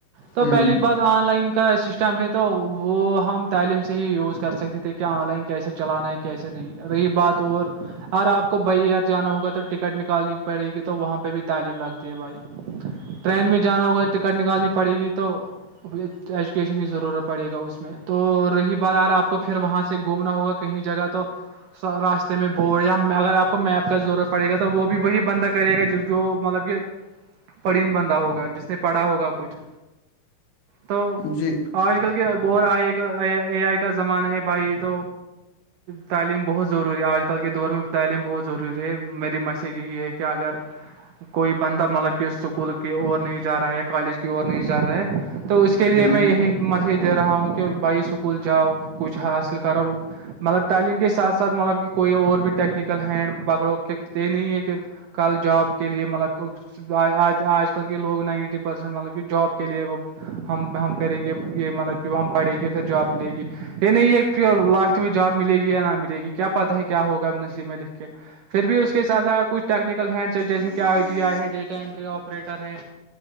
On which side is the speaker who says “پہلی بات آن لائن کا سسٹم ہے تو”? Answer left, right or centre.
Right